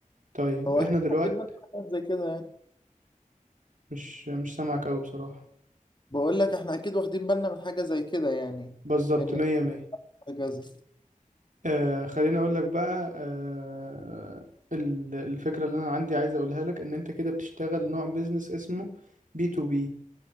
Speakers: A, on the right (about 65°); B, on the left (about 35°).
A: طيب
B: هو
A: احنا
B: اكيد
A: دلوقتي
B: واخدين بالنا من حاجة زي كده يعني
A: مش مش سامعك أوي بصراحة
B: بقول لك احنا اكيد واخدين بالنا من حاجة زي كده يعني
A: بالظبط
B: ان
A: مية مية
B: هكذا
A: آه خليني أقول لك بقى آه ال- الفكرة اللي أنا عندي عايز أقولها لك إن أنت كده بتشتغل نوع بيزنس اسمه بي تو بي